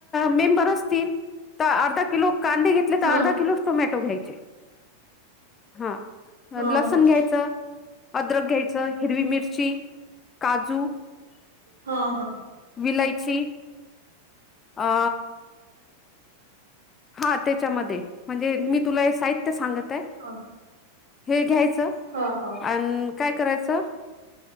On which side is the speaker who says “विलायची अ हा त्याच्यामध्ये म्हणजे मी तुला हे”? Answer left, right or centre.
Left